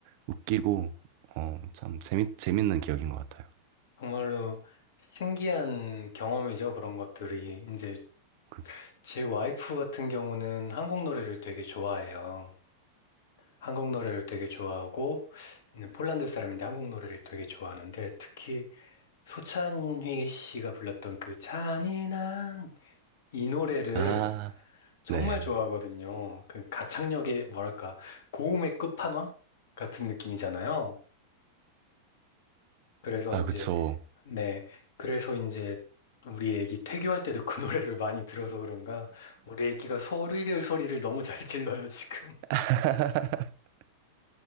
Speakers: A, on the right (about 55°); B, on the left (about 65°).
A: 웃기고 어 참 재밌 재밌는 기억인 것 같아요.
B: 정말로 신기한 경험이죠. 그런 것들이 이제
A: 그-
B: 제 와이프 같은 경우는 한국 노래를 되게 좋아해요. 한국 노래를 되게 좋아하고, 는 폴란드 사람인데 한국 노래를 되게 좋아하는데, 특히 소찬휘 씨가 불렀던 그 잔인한 이 노래를
A: 아,
B: 정말
A: 네.
B: 좋아하거든요. 그 가창력의 뭐랄까, 고음의 끝판왕 같은 느낌이잖아요. 그래서
A: 아,
B: 이제,
A: 그쵸.
B: 네. 그래서 이제 우리 애기 태교할 때도 그 <laughs> 노래를 많이 들어서 그런가, 우리 애기가 소리를 소리를 너무 잘 질러요, 지금.
A: <laughs>